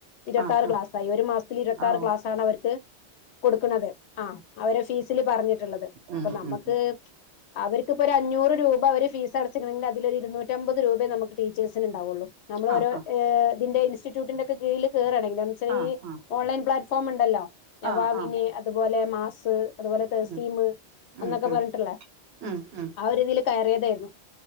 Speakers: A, on the left; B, on the right.
A: ഇരുപത്താറ്
B: ആഹ്
A: ക്ലാസ്സായി ഒരു മാസത്തിൽ ഇരുപത്താറ്
B: ആഹ്
A: ക്ലാസ് ആണ് അവർക്ക് കൊടുക്കണത് ആഹ് അവര് ഫീസില് പറഞ്ഞിട്ട് ഇള്ളത്
B: ഉം
A: അപ്പൊ നമ്മക്ക്
B: ഉം
A: അവർക്ക് ഇപ്പോ ഒരു അഞ്ഞൂറ് രൂപ അവര് ഫീസ് അടച്ച്ക്ക്ണെങ്കിൽ അതിൽ ഒരു ഇരുന്നൂറ്റ് റ്റമ്പത് രൂപേ നമുക്ക് ടീച്ചേഴ്സിന് ഇണ്ടാവുള്ളൂ നമ്മള്
B: ആഹ്
A: ഒരു എ ഇതിന്റെ ഇസ്റ്റിറ്റ്യൂട്ടിന്റെക്കെ കീഴില് കേറക ആണെങ്കിൽ എന്നുവെച്ചാൽ
B: ആഹ്
A: ഈ ഓൺലൈൻ പ്ലാറ്റ്ഫോം ഒണ്ടല്ലോ നവാഹിനി
B: ആഹ് ആഹ്
A: അ അതുപോലെ മാസ് അതുപോലെ തസീമ്
B: ഉം ഉം
A: എന്നൊക്കെ
B: ഉം
A: പറഞ്ഞിട്ടുള്ളേ
B: ഉം ഉം
A: ആഹ് ഒരിതില് കയറിയതായിരുന്നു